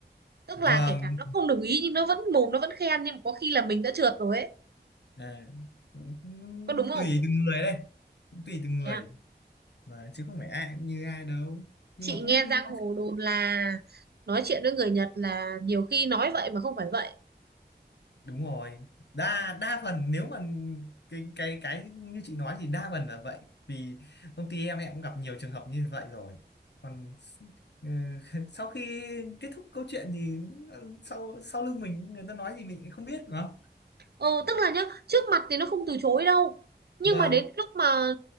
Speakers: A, on the right; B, on the left.
A: tức
B: vâng
A: là kể cả nó không đồng ý nhưng nó vẫn mồm nó vẫn khen nhưng mà có khi là mình đã trượt rồi ấy
B: à, cũng
A: có đúng không
B: tùy từng người đây cũng tùy từng người
A: Thế à?
B: mà chứ không phải ai cũng như ai đâu nhưng
A: chị
B: mà không
A: nghe
B: biết
A: giang
B: ông...
A: hồ đồn là nói chuyện với người Nhật là nhiều khi nói vậy mà không phải vậy
B: đúng rồi đa đa phần nếu mà cái cái cái như chị nói thì đa phần là vậy vì công ty em em cũng gặp nhiều trường hợp như vậy rồi còn ừ, <laughs> sau khi kết thúc câu chuyện thì ờ, sau sau lưng mình người ta nói gì mình cũng không biết đúng không
A: ừ tức là nhá trước mặt thì nó không từ chối đâu nhưng
B: vâng
A: mà đến lúc mà